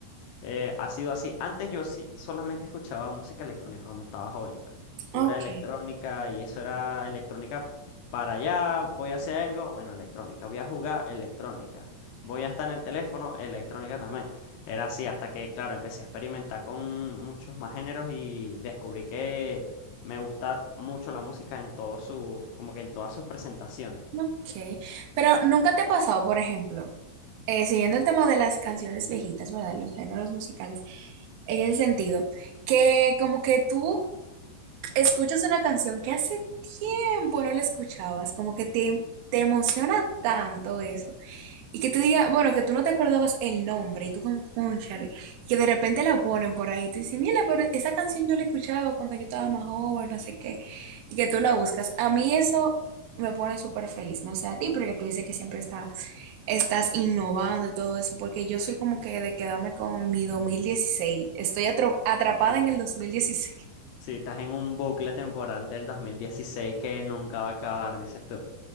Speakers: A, on the left; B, on the right.
A: Eh, ha sido así. Antes yo sí solamente escuchaba música electrónica cuando estaba joven. Pura
B: Ok,
A: electrónica y eso era electrónica para allá. Voy a hacer algo, bueno, electrónica. Voy a jugar electrónica. Voy a estar en el teléfono, electrónica también. Era así hasta que, claro, empecé a experimentar con muchos más géneros y descubrí que me gusta mucho la música en todos sus, como que en todas sus presentaciones.
B: ok. Pero nunca te ha pasado, por ejemplo, eh, siguiendo el tema de las canciones viejitas, ¿verdad? Los géneros musicales, en ese sentido, que como que tú escuchas una canción que hace tiempo no la escuchabas, como que te, te emociona tanto eso, Y que tú digas, bueno, que tú no te acordabas el nombre y tú como, cónchale, y que de repente la ponen por ahí, tú dices, mira, pero esa canción yo la escuchaba cuando yo estaba más joven, no sé qué, y que tú la buscas. A mí eso me pone súper feliz, no sé a ti, porque tú dices que siempre está, estás innovando y todo eso, porque yo soy como que de quedarme con mi dos mil dieciséis estoy atro- atrapada
A: Sí.
B: en el 2016.
A: Sí, estás en un bucle temporal del 2016 que nunca va a acabar, dices tú.